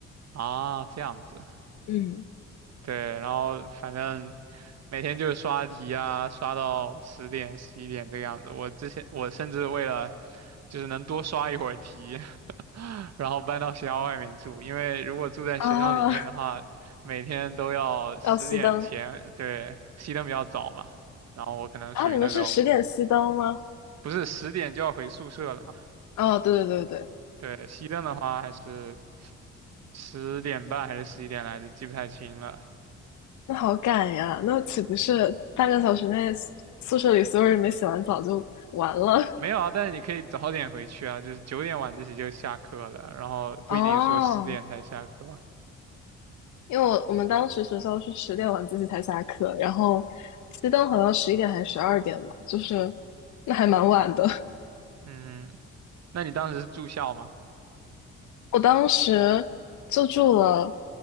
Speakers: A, on the right; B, on the left.
A: 啊，这样子。
B: <laughs>，嗯
A: 对，然后反正每天就是刷题啊，刷到十点十一点这个样子。我之前我甚至为了就是能多刷一会儿题，<laughs> 然后搬到学校外面住，因为如果住在学校里面的话，
B: 啊，
A: 每天都要十点前，
B: 要熄灯
A: 对，熄灯比较早嘛，然后我可能属于那种
B: 啊，你们是十点熄灯吗？
A: 不是十点就要回宿舍了嘛，
B: 哦，对对对对
A: 对，熄灯的话还是十点半还是十一点来着，记不太清了，
B: 那好赶呀！那岂不是半个小时内宿宿舍里所有人没洗完澡就完了？
A: 没有啊，但是你可以早点回去啊，就是九点晚自习就下课了，然后不一定说十点才下课。
B: <laughs> 哦，因为我我们当时学校是十点晚自习才下课，然后熄灯好像十一点还是十二点吧，就是那还蛮晚的。
A: 嗯，那你当时是住校吗？
B: <laughs> 我当时就住了